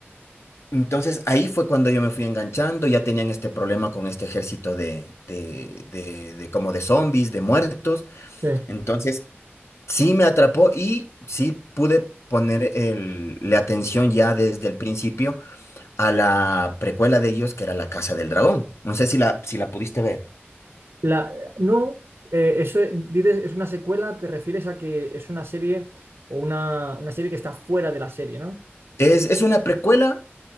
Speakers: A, on the left (about 90°); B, on the right (about 80°).
A: Entonces ahí fue cuando yo me fui enganchando, ya tenían este problema con este ejército de, de, de, de como de zombies, de muertos.
B: sí.
A: Entonces sí me atrapó y sí pude poner el, la atención ya desde el principio a la precuela de ellos, que era La Casa del Dragón. No sé si la, si la pudiste ver.
B: La, no, eh, eso es- dices es una secuela, te refieres a que es una serie o una, una serie que está fuera de la serie, ¿no?
A: Es, es una precuela,